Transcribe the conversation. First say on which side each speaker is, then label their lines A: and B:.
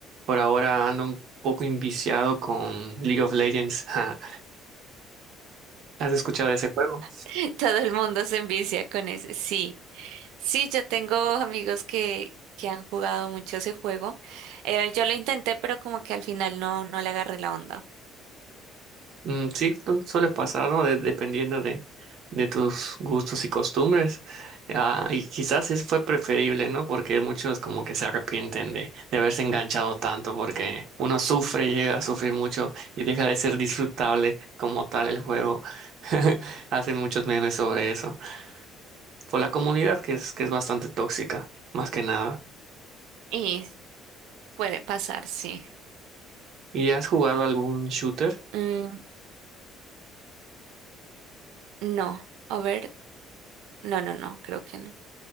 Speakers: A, on the right; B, on the right.
A: por ahora ando un poco inviciado con League of Legends. <laughs> ¿Has escuchado de ese juego?
B: <laughs> Todo el mundo se envicia con ese. Sí, sí, yo tengo amigos que, que han jugado mucho ese juego. Eh, yo lo intenté, pero como que al final no, no le agarré la onda.
A: Mm, sí, no, suele pasar, ¿no? De- dependiendo de, de tus gustos y costumbres. Ah, y quizás es fue preferible, ¿no? Porque muchos como que se arrepienten de, de haberse enganchado tanto, porque uno sufre, llega a sufrir mucho y deja de ser disfrutable como tal el juego. <laughs> Hacen muchos memes sobre eso. Por la comunidad que es, que es bastante tóxica, más que nada.
B: Y puede pasar, sí.
A: ¿Y has jugado algún shooter
B: Mm, no, a ver, no, no, no, creo que no.